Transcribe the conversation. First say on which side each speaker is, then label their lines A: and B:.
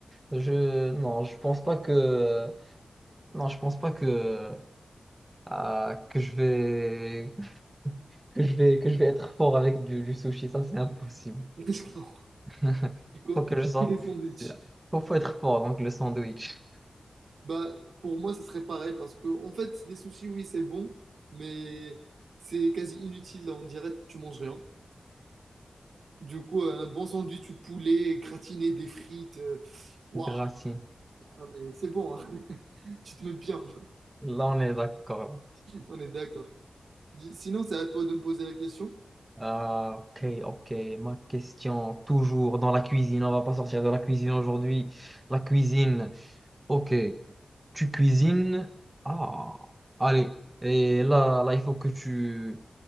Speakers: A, on the right (about 20°); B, on the right (about 85°).
A: je non, je pense pas que non, je pense pas que ah, que je vais <laughs> que je vais que je vais être fort avec du, du sushi, ça c'est impossible.
B: <laughs> Je comprends.
A: <laughs>
B: C'est quoi?
A: Faut que je sois,
B: Que des sandwichs.
A: c'est- faut, faut être fort donc le sandwich.
B: Bah, pour moi, ça serait pareil parce que, en fait, les sushis, oui, c'est bon, mais c'est quasi inutile. On dirait que tu manges rien. Du coup, un bon sandwich ou poulet gratiné, des frites, euh, waouh,
A: Gracine,
B: ah, mais c'est bon, hein. <laughs> Tu te mets bien.
A: là on est d'accord.
B: On est d'accord. Dis- Sinon, c'est à toi de me poser la question.
A: Ah, ok, ok. Ma question, toujours dans la cuisine. On va pas sortir de la cuisine aujourd'hui. La cuisine, ok. Tu cuisines. Ah, allez. Et là, là, il faut que tu,